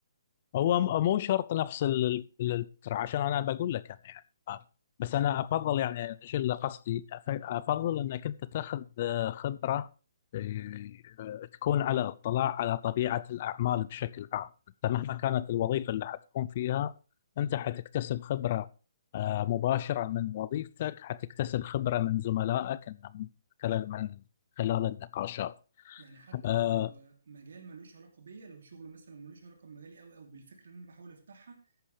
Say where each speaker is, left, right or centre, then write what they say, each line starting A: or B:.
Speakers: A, on the left (about 40°); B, on the right (about 70°).
A: هو م- مو شرط نفس ال- ال- الفكرة عشان أنا بقول لك أنا يعني آه. بس أنا أفضل يعني إيش اللي قصدي أف- أفضل أنك أنت تاخذ آه، خبرة آه، آه، تكون على اطلاع على طبيعة الأعمال بشكل عام أنت مهما كانت الوظيفة اللي حتكون فيها أنت حتكتسب خبرة آه، مباشرة من وظيفتك حتكتسب خبرة من زملائك إن مثلا من خلال النقاشات
B: يعني حتى
A: آه،
B: لو هو مجال ملوش علاقة بيا لو شغل مثلا ملوش علاقة بمجالي أوي أو بالفكرة اللي أنا بحاول أفتحها